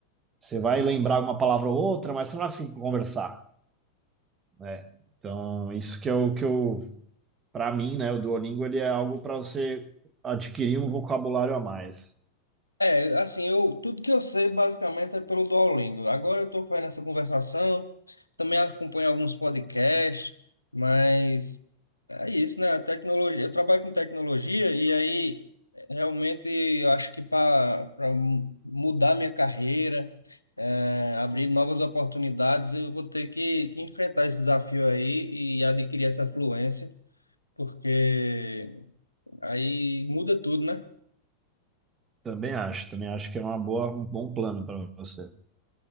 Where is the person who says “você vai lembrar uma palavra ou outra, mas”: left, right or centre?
Right